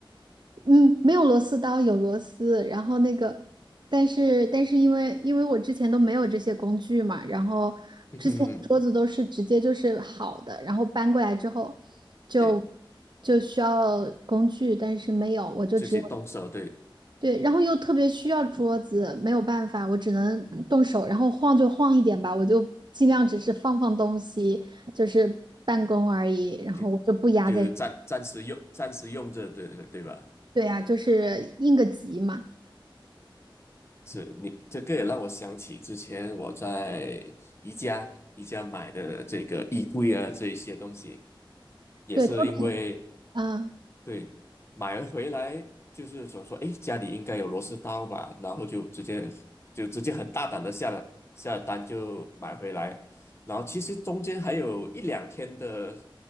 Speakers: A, on the right (about 55°); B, on the left (about 30°).
A: 嗯，没有螺丝刀，有螺丝。然后那个，但是但是因为因为我之前都没有这些工具嘛，然后之前的桌子都是直接就是好的，
B: <laughs> 嗯，
A: 然后搬过来之后就
B: 对，
A: 就需要工具，但是没有，我就只有
B: 自己动手，对，
A: 对，然后又特别需要桌子，没有办法，我只能动手，然后晃就晃一点吧，我就尽量只是放放东西，就是办公而已，然后我就不压在，
B: 就就暂暂时用，暂时用着，对对对吧？
A: 对呀，就是应个急嘛。
B: 是你这个也让我想起之前我在宜家宜家买的这个衣柜啊，这一些东西，也是因为
A: 对，都得啊
B: 对，买了回来就是想说，哎，家里应该有螺丝刀吧，然后就直接就直接很大胆的下了下了单就买回来，然后其实中间还有一两天的